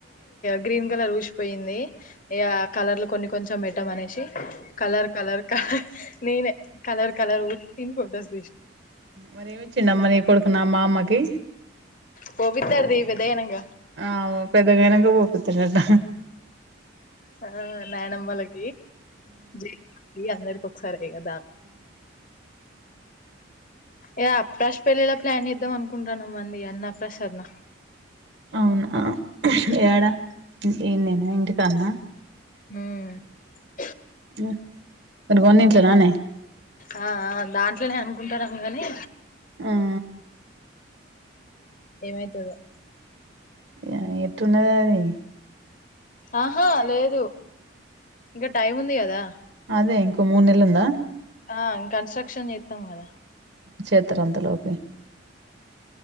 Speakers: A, on the left; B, on the right.
A: గ్రీన్ కలర్ ఊష్పోయింది ఇగా కలర్లు కొన్ని కొ కొంచెం పెట్టమనేసి కలర్ కలర్ కలర్ నేనే కలర్ కలర్ ఫోటోస్
B: మరి ఎమ్ ఇచ్చిండమ్మా నీ కొడుకున్న మామ్మకి
A: పోపితాడ్ తీ పెదగైనక
B: ఆ పెదగైనక పోపితడట
A: ఆ నాయనమ్మలకి జేజీ అందరికి ఒకసారే ఇగ ఏ అప్కాష్ పెళ్ళిలా ప్లాన్ ఇద్దాం అనుకుంటున్నానుమ్మంది అన్నప్రసన్న
B: అవునా యాడ ఈన్నేనా ఇంటికన్నా
A: హుమ్
B: <unintelligible> తరనే
A: ఆ దాంట్లనే అనుకుంటునం గాని
B: ఆఆ
A: ఏమైతదో
B: ఆ ఏటున్నదది
A: ఆ ఆ లేదు ఇం టైమ్ ఉంది గదా
B: అదే ఓ మొన్నేల్లుందా
A: ఆ కన్స్ట్రక్షన్ జేతం గద
B: చేతర్ అంతలోపె